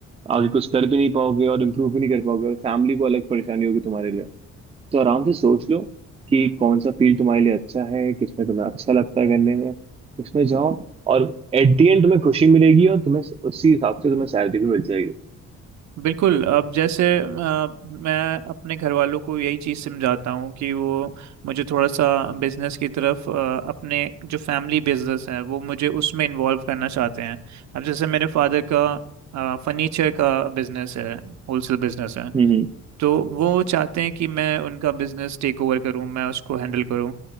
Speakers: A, on the right; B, on the right.
A: आगे कुछ कर भी नहीं पाओगे और इम्प्रूव भी नहीं कर पाओगे और फैमिली को अलग परेशानी होगी तुम्हारे लिए तो आराम से सोच लो कि कौन सा फील्ड तुम्हारे लिए अच्छा है किस में तुम्हें अच्छा लगता है करने में उसमें जाओ और एट दी एंड तुम्हें खुशी मिलेगी और तुम्हें उसी हिसाब से तुम्हें सैलरी भी मिल जाएगी
B: बिल्कुल अब जैसे अ, मैं अपने घर वालों को यही चीज़ समझाता हूँ कि वो मुझे थोड़ा सा बिजनेस की तरफ अ, अपने जो फैमिली बिजनेस है वो मुझे उसमें इन्वॉल्व करना चाहते हैं अब जैसे मेरे फादर का फर्नीचर का बिजनेस है होलसेल बिजनेस है
A: हम्म
B: तो वो चाहते हैं कि मैं उनका बिजनेस टेक ओवर करूं मैं उसको हैंडल करूं